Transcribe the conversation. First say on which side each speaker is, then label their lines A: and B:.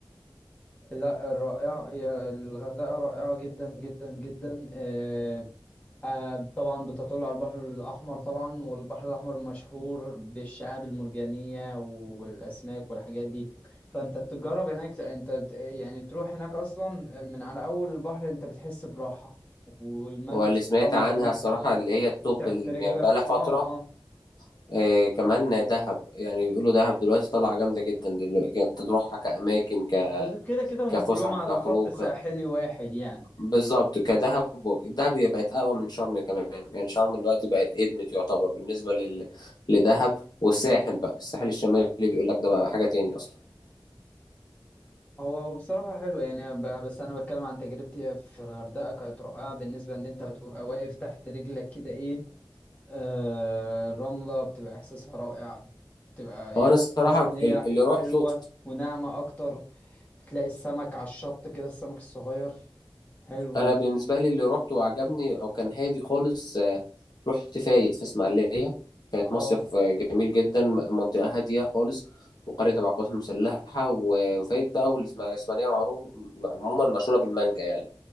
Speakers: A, on the left; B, on the left.
A: لا الرائعة هي الغردقة رائعة جدا جدا جدا آه، آه، طبعا بتطل على البحر الأحمر طبعا والبحر الأحمر مشهور بالشعاب المرجانية والأسماك والحاجات دي فأنت تجرب هناك أنت ت- يعني تروح هناك أصلا من على أول البحر أنت بتحس براحة والملمس
B: هو اللي سمعت
A: الرمل
B: عنها
A: هناك
B: الصراحه
A: تحت
B: اللي هي التوب
A: تحت
B: ال-
A: رجلك
B: يعني بقى لها فتره
A: اه اه
B: آه، كمان دهب يعني بيقولوا دهب دلوقتي طالعه جامده جدا دلوقتي كانت تروحها كاماكن ك-
A: بس كده كده هما
B: كفسحه
A: كلهم على
B: كخروج
A: خط ساحلي واحد يعني
B: بالظبط كدهب دهب هي بقت اقوى من شرم كمان يعني شرم دلوقتي بقت ادمت يعتبر بالنسبه لل... لدهب والساحل بقى الساحل الشمالي بيقول لك ده بقى حاجه تاني اصلا
A: هو بصراحة حلوة يعني ب- بس أنا بتكلم عن تجربتي في الغردقة كانت رائعة بالنسبة إن أنت بتبقى واقف تحت رجلك كده إيه آه الرملة بتبقى إحساسها رائع بتبقى
B: هو
A: يعني
B: انا الصراحه
A: تحس إن هي
B: ال-
A: حلوة
B: اللي روحته
A: وناعمة أكتر بتلاقي السمك على الشط كده السمك الصغير حلو
B: انا بالنسبه لي اللي روحته وعجبني او كان هادي خالص آه، رحت فايد في اسماعيليه كانت
A: اه
B: مصيف آه، جميل جدا منطقه هاديه خالص وقريه تبع القوات المسلحه و- وفايد بقى والاسماعيليه معروف عموما مشهوره بالمانجا يعني